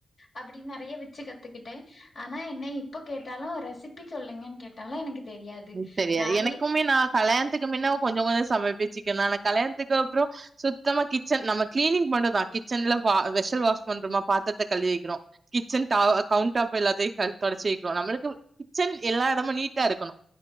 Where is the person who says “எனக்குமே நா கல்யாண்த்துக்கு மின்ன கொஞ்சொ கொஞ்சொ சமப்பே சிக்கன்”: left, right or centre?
Right